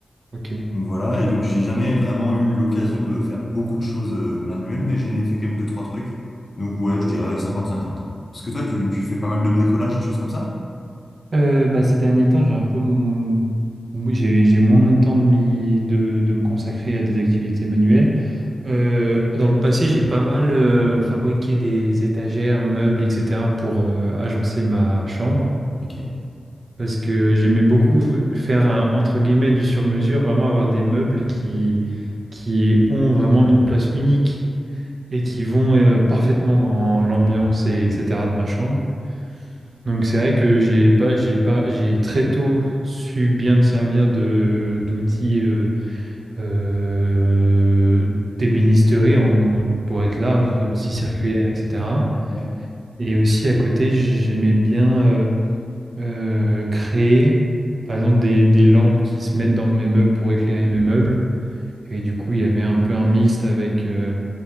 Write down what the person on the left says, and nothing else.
Donc voilà, et donc j'ai jamais vraiment eu l'occasion de faire beaucoup de choses euh, manuelles, mais j'en ai fait quand même deux, trois trucs. Donc ouais, je dirais cinquante cinquante Parce que toi, tu, tu fais pas mal de bricolage et de choses comme ça?
Ok.
Ouais.
Mhm.
Ouais.